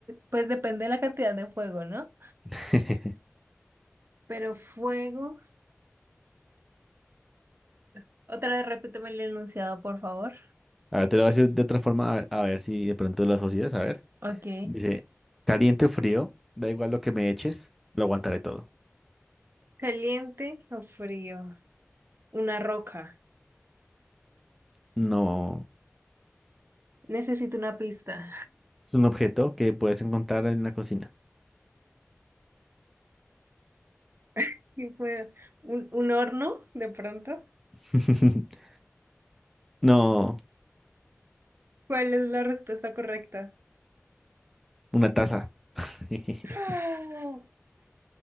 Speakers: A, on the right; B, in the centre.
A: pues depende de la cantidad de fuego, ¿no?
B: <laughs>
A: Pero fuego. es- Otra vez repíteme el enunciado, por favor.
B: A ver, te lo voy a decir de otra forma. A ver, a ver si de pronto lo asocias. A ver.
A: Ok.
B: Dice, caliente o frío. Da igual lo que me eches. Lo aguantaré todo.
A: ¿Caliente o frío? Una roca.
B: No.
A: Necesito una pista.
B: Es un objeto que puedes encontrar en la cocina.
A: <laughs> ¿Qué fue? ¿Un, un horno de pronto?
B: <laughs> No,
A: ¿Cuál es la respuesta correcta?
B: una taza. <laughs>
A: ¡Oh!